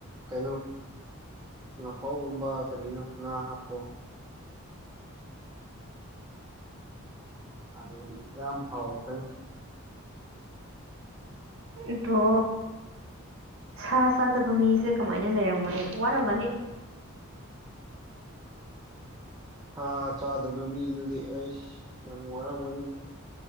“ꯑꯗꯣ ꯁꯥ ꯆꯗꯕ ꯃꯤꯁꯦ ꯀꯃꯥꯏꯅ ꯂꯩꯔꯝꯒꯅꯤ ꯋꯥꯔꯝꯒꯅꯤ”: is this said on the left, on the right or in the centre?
Right